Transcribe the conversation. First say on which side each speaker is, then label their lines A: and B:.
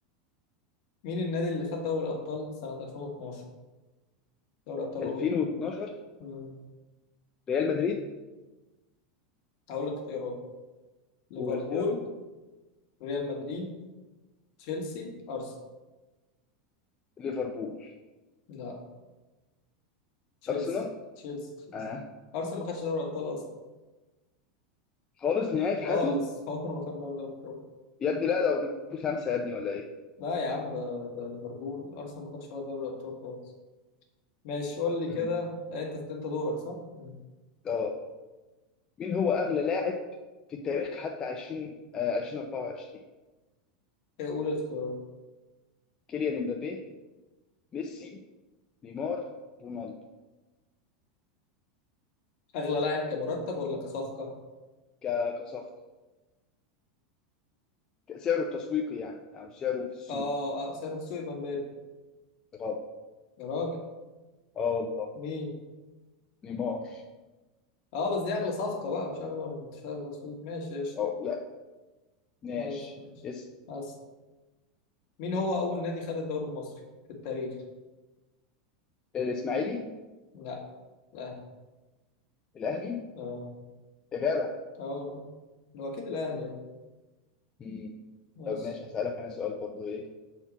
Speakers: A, on the left (about 50°); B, on the left (about 20°).
A: مين النادي اللي خد دوري الأبطال سنة 2012 دوري أبطال
B: 2012
A: أوروبا مم.
B: ريال مدريد
A: هقول لك اختيارات ليفربول
B: والاختيارات
A: ريال مدريد تشيلسي أرسنال
B: ليفربول
A: لا تشيلسي
B: ارسنال
A: تشيلسي تشيلسي
B: اه
A: أرسنال ما خدش دوري الأبطال أصلا
B: خالص نهائي في
A: خالص
B: حياته
A: <laughs> عمره ما خد دوري الأبطال
B: يا ابني لا ده واخدين خمسه يا ابني ولا ايه؟
A: لا يا عم ده ده ليفربول أرسنال ما خدش ولا دوري الأبطال خالص ماشي قول لي
B: مم.
A: كده أنت أنت دورك صح؟ مم.
B: اه مين هو اغلى لاعب في التاريخ حتى 20 آه 2024
A: إيه قول الاختيارات
B: كيليان امبابي ميسي نيمار رونالدو
A: أغلى لاعب كمرتب ولا كصفقة؟
B: ك- كصفقه ك- سعره التسويقي يعني او سعره في السوق
A: آه آه سعره في السوق يبقى مبابي
B: غلط
A: يا راجل
B: اه والله
A: مين؟
B: نيمار
A: اه بس دي اغلى صفقة بقى مش اغلى من تشابي الونسو ماشي قشطة
B: أو لا ماشي
A: ماشي ماشي
B: اس...
A: بس مين هو اول نادي خد الدوري المصري في التاريخ
B: الإسماعيلي
A: لا الاهلي
B: الأهلي
A: اه
B: يا جدع
A: اه والله. هو اكيد الاهلي يعني
B: مم.
A: ماشي
B: طب ماشي هسألك أنا سؤال برضو إيه